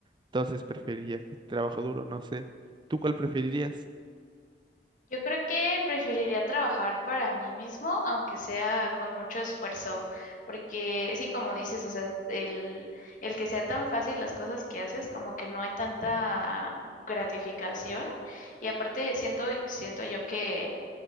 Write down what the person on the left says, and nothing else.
Yo creo que preferiría trabajar para mí mismo, aunque sea con mucho esfuerzo, porque sí, como dices, o sea, el, el que sea tan fácil las cosas que haces, como que no hay tanta gratificación. Y aparte, siento, siento yo que